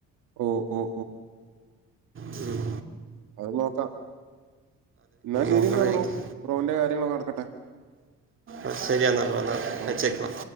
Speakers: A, on the right; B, on the right.
A: ഓഹ് ഓഹ്
B: ഉം
A: അഹ് നോക്കാം ന്നാ ശരിന്നാ
B: നോക്കണം
A: ബ്രോ
B: എനിക്ക്
A: ബ്രോന്റെ കാര്യങ്ങളൊക്ക നടക്കട്ടെ
B: അ ശരിയന്ന എന്നാ വച്ചേക്ക
A: ഓക്കെ ശരി